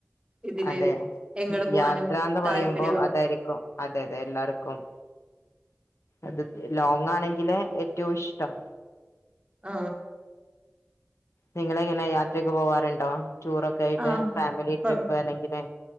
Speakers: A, on the right (about 20°); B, on the left (about 75°).
A: ഇതില്-
B: അതെ
A: എങ്ങട് പോവാനും
B: യാത്രന്ന് പറയുമ്പോ
A: താല്പര്യള്ള
B: അതായിരിക്കും അതെ അതെ എല്ലാർക്കും അത് ലോങ്ങാണെങ്കില് ഏറ്റവും ഇഷ്ടം.
A: ആ!
B: നിങ്ങളെങ്ങനെ യാത്രയ്ക്കെ പോവാറുണ്ടോ? റ്റൂറൊക്കെ ആയിട്ട്
A: ആ
B: ഫാമിലി
A: കൊ
B: ട്രിപ്പ് അല്ലെങ്കില്